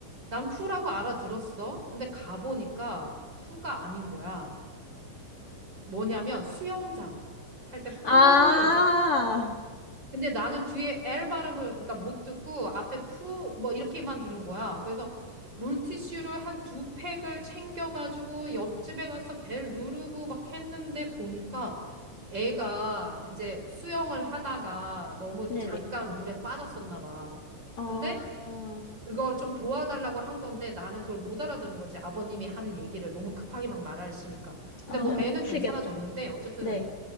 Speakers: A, on the right (about 20°); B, on the left (about 55°).
A: 난 푸라고 알아들었어. 근데 가보니까 푸가 아닌 거야. 뭐냐면 수영장 할 때
B: 아,
A: 폴 있잖아. 근데 나는 뒤에 L 발음을 그러니까 못 듣고 앞에 푸 뭐 이렇게만 들은 거야. 그래서 물티슈를 한 두 팩을 챙겨가지고 옆집에 가서 벨 누르고 막 했는데 보니까 애가 이제 수영을 하다가 너무
B: 네네.
A: 잠깐 물에 빠졌었나 봐. 근데
B: 아아아아아아
A: 그걸 좀 도와달라고 한 건데 나는 그걸 못 알아들은 거지. 아버님이 하는 얘기를 너무 급하게 막 말하시니까.
B: 아
A: 근데 뭐 애는
B: 미치겠다.
A: 괜찮아졌는데 어쨌든
B: 네.